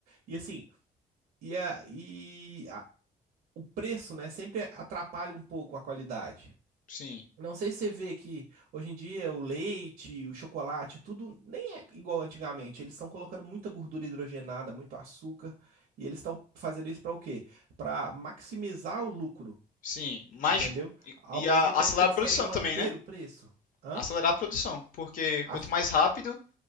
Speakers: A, on the right (about 75°); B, on the left (about 60°).
A: E assim, e, a, e a- o preço, né, sempre atrapalha um pouco a qualidade.
B: sim.
A: Não sei se você vê que hoje em dia o leite, o chocolate, tudo nem é igual antigamente. Eles estão colocando muita gordura hidrogenada, muito açúcar, e eles estão fazendo isso para o quê? Para maximizar o lucro,
B: Sim, mais
A: entendeu?
B: co- e
A: Ao
B: e
A: mesmo
B: a-
A: tempo
B: acelerar
A: que eles
B: a produção
A: querem manter
B: também, né?
A: o preço. Hã?
B: Acelerar a produção, porque
A: A-
B: quanto mais rápido,